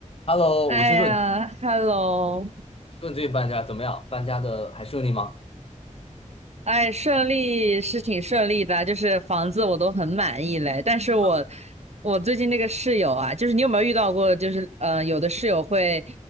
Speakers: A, on the left; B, on the right.
A: Hello，
B: 哎呀，Hello，
A: 我听说你说你最近搬家怎么样？搬家的还顺利吗？
B: 哎，顺利是挺顺利的，就是房子我都很满意嘞。但是我
A: 啊，
B: 我最近那个室友啊，就是你有没有遇到过？就是呃，有的室友会